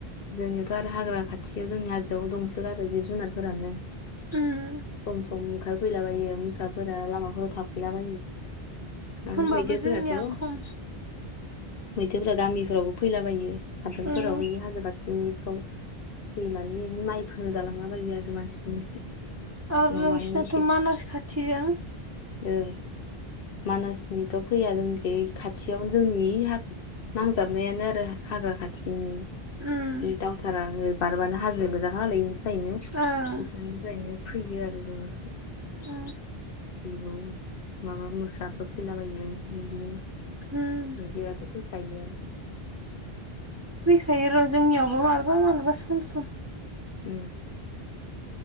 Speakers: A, on the left; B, on the right.
A: जोंनियावथ' आरो हाग्रा खाथियाव जोंनि हाजोआव दंसो आरो जिब जुनारफोरानो
B: उम
A: सम-सम ओंखारफैलाबायो मो- फिसाफोरा लामाफोराव थाफैलाबायो आरो
B: होमबाबो
A: मैदेरफोराथ'
B: जोंनिया खम
A: मैदेरफोरा गामिफोरावबो फैलाबायो हादानफोराव
B: उम
A: बैनि हाजो खाथिनि- औ फैनानै बिनो माइफोरजालांला बायो आरो मानसिफोरनि
B: आरो
A: न'मानि
B: नोंसिनाथ' मानास खाथिजों
A: ओ मानासनिथ' फैया जोंनि खाथियावनो जोंनि ह नांजाबनायानो आरो हाग्रा खाथिनि
B: उम
A: बे दावथारा बारबोना- हाजो गोजाखा नालाय इनिफ्रायनो
B: ओं
A: बिफोरनिफ्रायनो फैयो आरो जोंनि-
B: उ
A: बिब माबा मोसाफोर फैलाबायो बिदिनो
B: उम
A: मैदेराथ' फैखायो आरो।
B: थायो र' जोंनियावबो मालाबा-मालाबा सम-सम।
A: उम।